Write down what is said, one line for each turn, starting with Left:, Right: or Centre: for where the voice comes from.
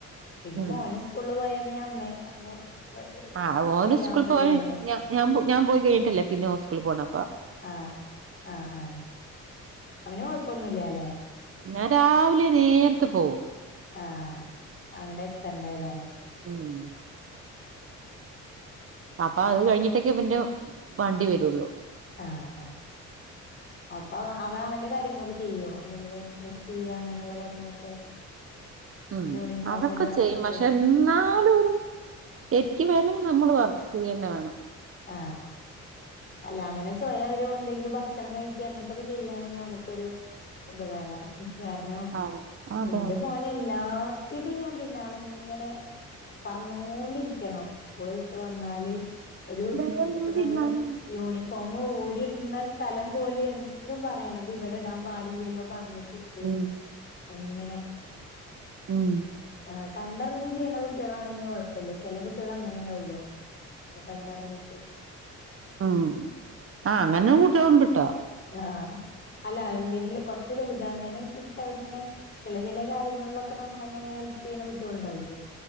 Left: പിന്നെ
Right: അങ്ങനെ
Left: മോന് സ്കൂള പോയ പിന്നെ അമ്മേ അമ്മ പ്ര-
Right: ആ ഓന്
Left: ചെയ്യാവുന്നതല്ലേ
Right: സ്കൂളിൽ പോഞാൻ
Left: ഉള്ളൂ
Right: ഞാൻ പോയി കഴിഞ്ഞിട്ടല്ലേ പിന്നെ ഓ സ്കൂളിൽ പോണ്
Left: ആഹ് ആ ആഹ് അവനെ കൊഴപ്പൊന്നുല്ല അല്ലെ
Right: ഞാൻ രാവിലെ നേരത്ത പോവും
Left: ആ അങ്ങടെ എത്തണ്ടല്ലേ
Right: ഉം അപ്പൊ അത് കഴിഞ്ഞിട്ടൊക്കെ പിന്നെ വണ്ടി വരുള്ളു
Left: ആ ആ അപ്പൊ അവ അവൻ അവന്റെ കാര്യങ്ങളൊക്കെ ചെയ്യോ എന്തെങ്കിലും ഡ്രസ്സ് ചെയ്യാ അങ്ങനെയുള്ള കാര്യങ്ങളൊക്കെ
Right: ഉം
Left: യൂണിഫോം
Right: അതൊക്കെ
Left: ഇട
Right: ചെയ്യും
Left: ഒക്കെ
Right: പക്ഷെ എന്നാലും ഒരു ശക്ക് വേണമെങ്കിൽ നമ്മൾ വർക്കയ്യന്നെ വേണം.
Left: ആ അല്ല അങ്ങനെ സ്വയാ അവര് എന്തെങ്കിലും ഭക്ഷണം കഴിക്കി അങ്ങനത്തൊക്കെ ചെയ്യയാണെങ്കിൽ നമുക്കൊരു ഉപകാര കാരണം
Right: അതെ അതെ
Left: എന്റെ
Right: അതെ
Left: മോനെല്ലാ ത്തിട്ടും ഞാൻ പിന്നാല ഇങ്ങനെ പറഞ്ഞൊണ്ടിരിക്കണം സ്കൂള് വിട്ട് വന്നാല് ഒരു
Right: ഉം
Left: ഇപ്പൊ നമ്മള് യൂണിഫോം ഊരിടുന്ന സ്ഥലം പോലും എന്നും പറയണത് ഇവിടെ ഇടാൻ പാടില്ലല്ലോ പറഞ്ഞിട്ടില്ലേ
Right: ഉം
Left: അങ്ങനെ
Right: ഉം
Left: ആ കണ്ടറിഞ്ഞ് ചെയ്യണ കുട്ടികളാണെങ്കിൽ കുഴപ്പല്ല. ചില കുട്ടികൾ അങ്ങനെ ഉണ്ടാവല്ലോ. അ കണ്ടറിഞ്ഞിട്ട്
Right: ഉം ആഹ് അങ്ങനെ കൂട്ടിയാള്ണ്ട്ട്ടോ
Left: ആ അല്ല എന്തെങ്കിലും കുറച്ച് വലുതാവണേനനുസരിച്ച് അവരിങ്ങനെ ചില ചില കാര്യങ്ങളിലൊക്കെ നമ്മള അങ്ങനെ ഹെൽപ് ചെയ്യുന്ന കുട്ടികൾണ്ടാവില്ലോ